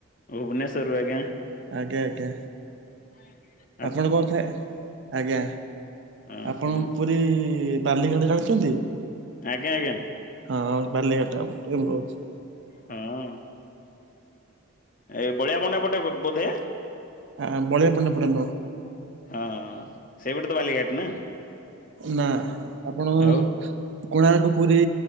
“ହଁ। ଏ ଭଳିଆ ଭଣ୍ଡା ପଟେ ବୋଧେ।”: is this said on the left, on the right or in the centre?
Left